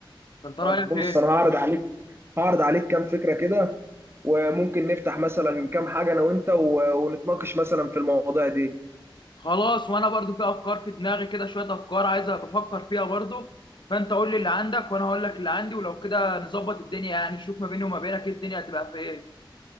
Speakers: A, on the left (about 60°); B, on the right (about 30°).
A: فانت رايك
B: طب بص
A: ايه
B: انا هعرض عليك هعرض عليك كام فكره كده وممكن نفتح مثلا كام حاجه انا وانت و... ونتناقش مثلا في المواضيع دي
A: خلاص وانا برضو في افكار في دماغي كده شويه افكار عايز بفكر فيها برضو فانت قول لي اللي عندك وانا هقول لك اللي عندي ولو كده نظبط الدنيا يعني نشوف ما بيني وما بينك إيه الدنيا هتبقى في ايه